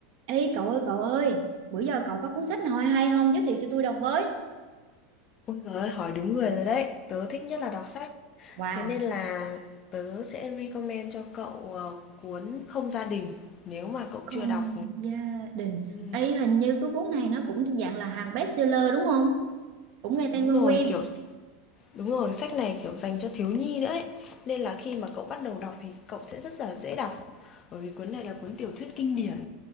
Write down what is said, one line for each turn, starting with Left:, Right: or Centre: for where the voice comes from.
Right: Ê cậu ơi cậu ơi, bữa giờ cậu có cuốn sách nào hay hay không giới thiệu cho tôi đọc với.
Left: Ôi giời ơi, hỏi đúng người rồi đấy. Tớ thích nhất là đọc sách.
Right: Wow,
Left: Thế nên là tớ sẽ recommend cho cậu ờ, cuốn Không gia đình. Nếu mà cậu
Right: không
Left: chưa đọc,
Right: gia đình.
Left: ừ,
Right: Ê hình như cái cuốn này nó cũng thuộc dạng là hàng bestseller đúng không? Cũng nghe tên
Left: đúng
Right: quen
Left: rồi,
Right: quen.
Left: kiểu đúng rồi, sách này kiểu dành cho thiếu nhi nữa ấy. Nên là khi mà cậu bắt đầu đọc thì cậu sẽ rất là dễ đọc. Bởi vì cuốn này là cuốn tiểu thuyết kinh điển.